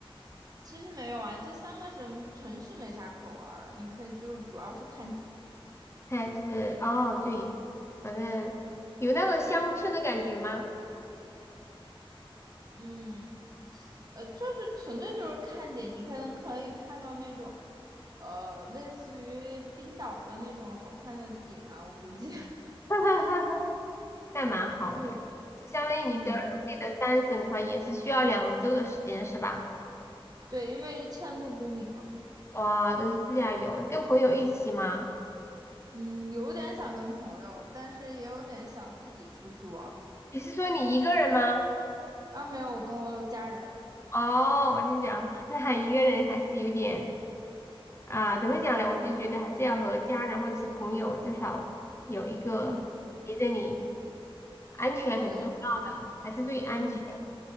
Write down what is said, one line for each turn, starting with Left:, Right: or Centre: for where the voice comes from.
Right: 其实没有啊，这三个城城市没啥可玩儿的，你可以就是主要是看景，
Left: 看就是哦对，反正有那种乡村的感觉吗？
Right: 嗯，呃，就是纯粹就是看景，你可能可以看到那种，呃，类似于冰岛的那种好看的景啊，我估计，
Left: <laughs> 那蛮好的，
Right: <laughs> 对，
Left: 就相当于你的陆地的三省的话，
Right: 嗯，
Left: 也是需要两周的时间是吧？
Right: 对，因为一千多公里嘛，
Left: 哇，都是自驾游，跟朋友一起吗？
Right: 嗯，有点想跟朋友，但是也有点想自己出去玩儿，
Left: 你是说你一个人吗？
Right: 啊，没有，我跟我家人，
Left: 哦，我就想，那一个人还是有点啊、怎么讲呢？我就觉得还是要和家人或者是朋友，至少有一个陪着你，
Right: 嗯，
Left: 安全很重要的，
Right: 对，
Left: 还是最安全。
Right: 嗯，